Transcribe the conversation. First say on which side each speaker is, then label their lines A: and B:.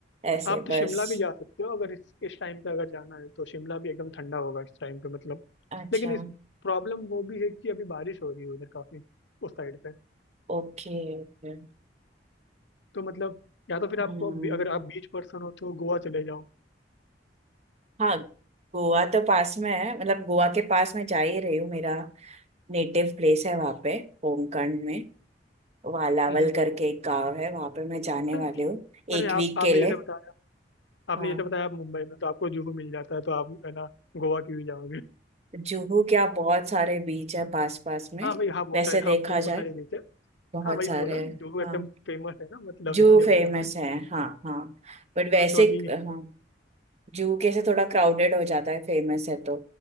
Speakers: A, on the right; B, on the left.
A: ऐसे
B: आप तो
A: बस
B: शिमला भी जा सकते हो अगर इस इस टाइम पे अगर जाना है तो शिमला भी एकदम ठंडा होगा इस टाइम पे मतलब
A: अच्छा
B: लेकिन इस प्रॉब्लम वो भी है कि अभी बारिश हो रही है उधर काफी उस साइड पे
A: ओके ओके
B: तो मतलब या तो फिर आपको
A: हम्म
B: अभी- अगर आप बीच पर्सन हो तो गोवा चले जाओ
A: हाँ गोवा तो पास में है मतलब गोवा के पास में जा ही रही हूँ मेरा नेटिव प्लेस है वहाँ पे होमखंड में वालावल
B: हम्म।
A: करके एक गांव है वहाँ पे मैं जाने
B: अरे
A: वाली हूँ
B: अरे
A: एक
B: आप
A: वीक
B: आपने
A: के लिए
B: जैसे बताया आपने
A: हाँ
B: जैसे बताया आप मुंबई में तो आपको जुहू मिल जाता है तो आप है ना गोवा क्यों ही जाओगे
A: जुहू क्या बहुत सारे बीच है पास पास में
B: हाँ भाई हाँ बहुत
A: वैसे
B: सारे
A: देखा
B: हाँ वो तो बहुत
A: जाए
B: सारे बीच है
A: बहुत
B: हाँ वही
A: सारे
B: बोला जुहू
A: हाँ
B: एकदम फेमस है ना मतलब
A: जू
B: इसलिए
A: फेमस
B: बोला मैं
A: है हाँ हाँ बट वैसे
B: हाँ तो अभी
A: हाँ जू कैसे थोड़ा क्राउडेड हो जाता है फेमस है तो